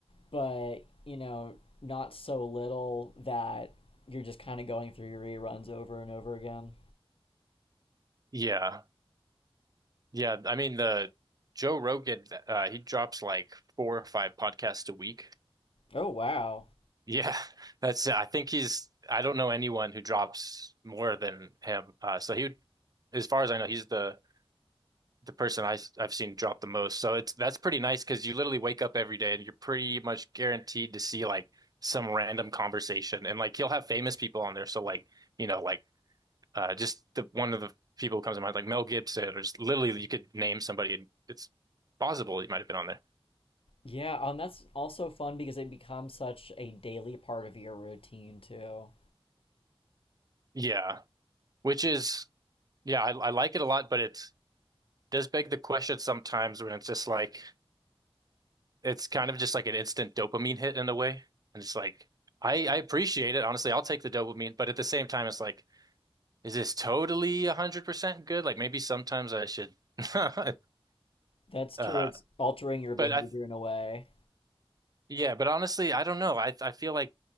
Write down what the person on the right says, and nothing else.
Yeah. Yeah, I mean the Joe Rogan uh he drops like four or five podcasts a week.
Yeah. <laughs> That's I think he's I don't know anyone who drops more than him. Uh so he would, as far as I know, he's the the person I, i have seen drop the most. So it's that's pretty nice because you literally wake up every day and you're pretty much guaranteed to see like some random conversation. And like he'll have famous people on there. So like, you know, like uh just the one of the people who comes to mind, like Mel Gibson, or just literally you could name somebody and it's possible he might have been on there.
Yeah. Which is yeah, I, I like it a lot, but it does beg the question sometimes when it's just like it's kind of just like an instant dopamine hit in a way. And it's like, I, I appreciate it. Honestly, I'll take the dopamine, but at the same time, it's like, is this totally 100% good? Like maybe sometimes I should. <laughs>
Uh,
but I,
yeah, but honestly, I don't know. I, I feel like,